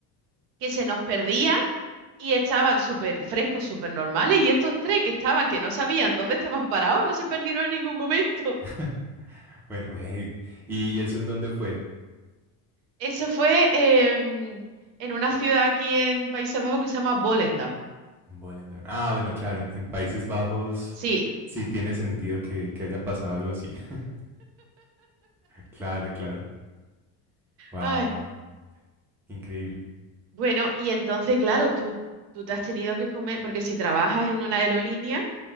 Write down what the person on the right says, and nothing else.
que se nos perdía y estaban súper frescos, súper normales. Y estos tres que estaban, que no sabían dónde estaban parados, no se perdieron en ningún momento.
<laughs> Eso fue em, en una ciudad aquí en Países Bajos que se llama Volendam.
Sí.
Ay.
Bueno, y entonces, claro, tú, tú te has tenido que comer, porque si trabajas en una aerolínea,